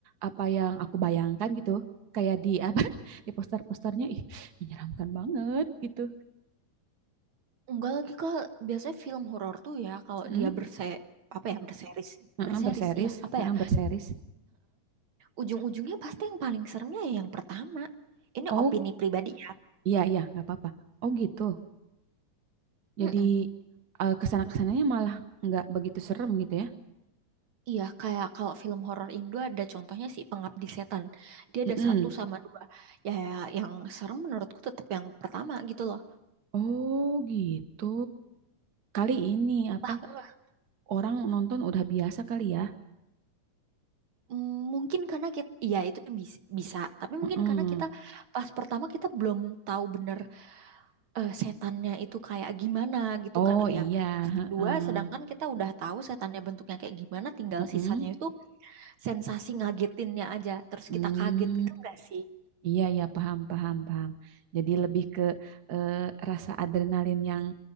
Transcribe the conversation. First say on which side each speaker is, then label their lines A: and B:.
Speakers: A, on the right; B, on the right.
A: apa yang aku bayangkan gitu. Kayak di apa <laughs> di poster-posternya ih menyeramkan banget gitu.
B: Enggak lagi kak, biasanya film horor tuh ya kalau
A: Hmm,
B: dia berse apa ya berseris
A: heeh,
B: berseris
A: berseris,
B: ya apa
A: heeh,
B: ya
A: berseris.
B: ujung-ujungnya pasti yang paling seremnya ya yang pertama. Ini
A: Oh
B: opini pribadi ya.
A: iya iya nggak apa-apa. Oh gitu. Jadi
B: Mm-mm.
A: eh, kesana-kesananya malah nggak begitu serem gitu ya.
B: Iya, kayak kalau film horor Indo ada contohnya si Pengabdi Setan. Dia
A: Mm-mm.
B: ada satu sama dua. Ya, ya, yang serem menurutku tetap yang pertama gitu loh.
A: Oh gitu. Kali ini
B: Entah
A: apa
B: kenapa.
A: orang nonton udah biasa kali ya.
B: mm, Mungkin karena kita, iya itu bis- bisa. Tapi mungkin
A: Mm-mm.
B: karena kita pas pertama kita belum tahu bener eh, setannya itu kayak gimana gitu
A: Oh
B: kali
A: iya.
B: ya. Pas
A: heeh.
B: kedua, sedangkan kita udah tahu setannya bentuknya kayak gimana, tinggal
A: Mm-mm.
B: sisanya itu sensasi ngagetinnya aja. Terus
A: Hmm.
B: kita kaget gitu enggak sih?
A: Iya, ya paham, paham, paham. Jadi lebih ke eh, rasa adrenalin yang